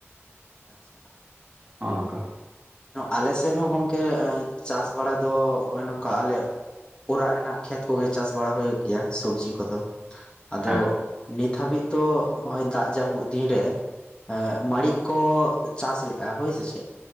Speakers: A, on the left (about 20°); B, on the right (about 25°).
A: ᱟᱪᱪᱷᱟ ᱾
B: ᱦᱚ ᱱᱚᱝᱠᱟ ᱾
A: ᱟᱞᱮ ᱥᱮᱫ ᱦᱚᱸ ᱜᱚᱝᱠᱮ ᱪᱟᱥ ᱵᱟᱲᱟ ᱫᱚ ᱱᱚᱜ ᱱᱚᱝᱠᱟ ᱟᱞᱮ ᱾ ᱚᱲᱟᱜ ᱨᱮᱱᱟᱜ ᱠᱷᱮᱛ ᱠᱚᱜᱮ ᱪᱟᱥ ᱵᱟᱲᱟ ᱦᱩᱭᱩᱜ ᱜᱮᱭᱟ ᱥᱚᱵᱽᱡᱤ ᱠᱚᱫᱚ ᱟᱫᱚ
B: ᱦᱮᱸ
A: ᱾ ᱱᱤᱛ ᱦᱟᱹᱵᱤᱡ ᱫᱚ ᱱᱚᱜ ᱚᱭ ᱫᱟᱜ ᱡᱟᱹᱯᱩᱫ ᱫᱤᱱ ᱨᱮ ᱾ ᱢᱟᱹᱲᱤᱡ ᱠᱚ ᱪᱟᱥ ᱞᱮᱫᱼᱟ ᱦᱳᱹᱭ ᱥᱮ ᱪᱮᱫ